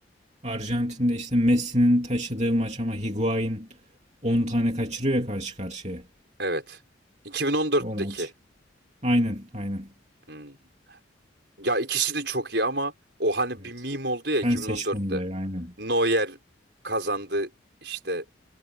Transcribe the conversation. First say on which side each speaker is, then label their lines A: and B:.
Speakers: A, on the right (about 35°); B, on the right (about 60°).
A: Arjantin'de işte Messi'nin taşıdığı maç ama Higuain 10 tane kaçırıyor ya karşı karşıya.
B: Evet. 2014'teki.
A: O maç. Aynen aynen.
B: Hmm. Ya ikisi de çok iyi ama o hani
A: Evet.
B: bir meme oldu
A: Sen
B: ya 2014'te.
A: seç bunları aynen.
B: Neuer kazandı işte